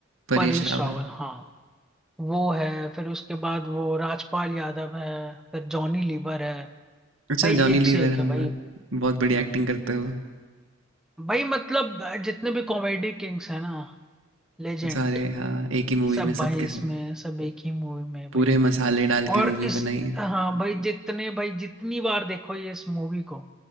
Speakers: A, on the right; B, in the centre.
A: परेश
B: परेश
A: रावल
B: रावल हाँ वो है फिर उसके बाद वो राजपाल यादव है फिर जॉनी लीवर है
A: अच्छा
B: भाई
A: जॉनी
B: एक
A: लीवर
B: से एक
A: हाँ,
B: है भाई
A: बहुत बड़ी एक्टिंग करते हो
B: भाई मतलब जितने भी कॉमेडी किंग्स है ना लेजेंड
A: सारे हाँ एक ही मूवी
B: सब
A: में सबके
B: भाई इसमें
A: सब
B: सब एक ही मूवी में है
A: पूरे
B: भाई
A: मसाले डाल
B: और
A: के मूवी
B: इस
A: बनाई है
B: हाँ भाई जितने भाई जितनी बार देखो ये इस मूवी को